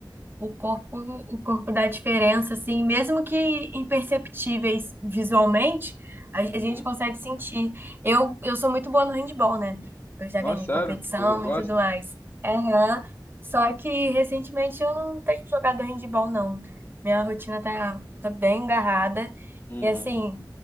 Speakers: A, on the right; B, on the left.
A: O corpo, o corpo dá diferença, assim, mesmo que imperceptíveis visualmente, a, a
B: Uhum.
A: gente consegue sentir. Eu, eu sou muito boa no handball, né? Eu já
B: Ó,
A: ganhei
B: sério?
A: competição
B: Você gosta?
A: e tudo mais. Aham. Só que recentemente eu não tenho jogado handball, não. Minha rotina tá, tá bem agarrada.
B: Uhum.
A: E assim,